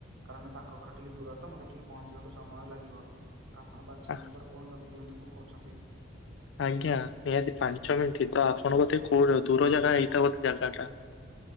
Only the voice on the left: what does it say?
ଆ-
ଆଜ୍ଞା ନିହାତି ପାଞ୍ଚ ମିନିଟ୍ ତ ଆପଣ କୋଉ ଦୂର ଜାଗା ହେଇଥାିବ ବୋଧେ ଜାଗା ଟା।